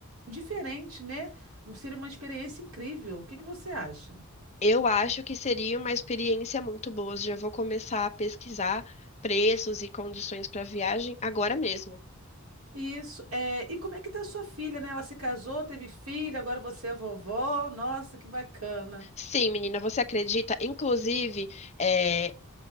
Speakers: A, on the right (about 75°); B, on the left (about 30°).
A: diferente, né? Seria uma experiência incrível. O que que você acha?
B: Eu acho que seria uma experiência muito boa. Já vou começar a pesquisar preços e condições para viagem agora mesmo.
A: Isso. É, e como é que tá sua filha, né? Ela se casou, teve filho, agora você é vovó. Nossa, que bacana.
B: Sim, menina, você acredita? Inclusive, é,